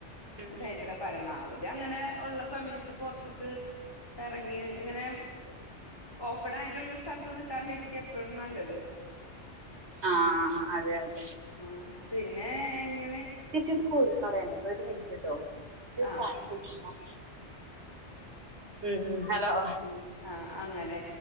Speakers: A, on the right (about 70°); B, on the left (about 20°).
A: ഉം
B: ടയ്ജർ പരമാവധി അങ്ങനെ ഒള്ള സമയത്ത് പോർത്ത്ക്ക് എറങ്ങി ഇങ്ങനെ ഓപ്പണായിട്ട്ള്ള സ്ഥലത്ത് നിക്കാണ്ട് ഇരിക്ക എപ്പഴും നല്ലത്
A: ആഹ് അതെ അതെ
B: ആഹ് പിന്നെ ഇങ്ങ
A: ചേച്ചീ അത് കോരി കളയണ്ടട്ടൊ ഒര് മിൻറ്റ്ട്ടൊ ഇന്റെ ഒര്
B: ആ
A: സാനം പൊയ്ക്കുണു നോക്കാനാ ഉം ഹലോ
B: ഉം ആഹ് അങ്ങനെ